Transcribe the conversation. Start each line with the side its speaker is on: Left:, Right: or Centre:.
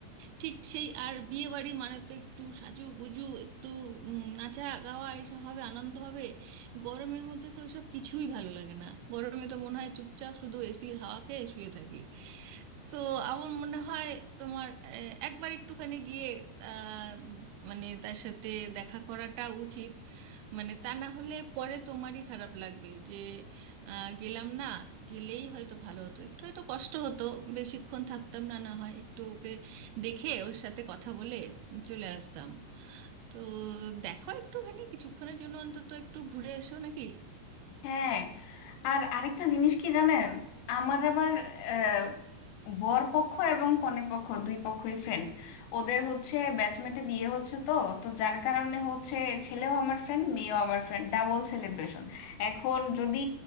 Right: ঠিক সেই আর বিয়ে বাড়ি মানে তো একটু সাজুগুজু একটু উম, নাচা গাওয়া এসব হবে আনন্দ হবে গরমের মধ্যে তো এসব কিছুই ভালো লাগে না গরমে তো মনে হয় চুপচাপ শুধু এসির হাওয়া খেয়ে শুয়ে থাকি তো আমার মনে হয় তোমার আহ, একবার একটুখানি গিয়ে আহ, মানে তার সাথে দেখা করাটা উচিত মানে তা না হলে পরে তোমারই খারাপ লাগবে যে আহ, গেলাম না গেলেই হয়তো ভালো হতো একটু হয়তো কষ্ট হতো বেশিক্ষণ থাকতাম না না হয় একটু ওকে দেখে ওর সাথে কথা বলে চলে আসতাম তো দেখো একটুখানি কিছুক্ষণের জন্য অন্তত একটু ঘুরে এসো নাকি
Left: হ্যাঁ আর আরেকটা জিনিস কি জানেন আমার আবার আহ, বর পক্ষ এবং কনে পক্ষ দুই পক্ষই ফ্রেন্ড ওদের হচ্ছে ব্যাচমেটে বিয়ে হচ্ছে তো তো যার কারণে হচ্ছে ছেলেও আমার ফ্রেন্ড মেয়েও আমার ফ্রেন্ড ডাবল সেলিব্রেশন এখন যদি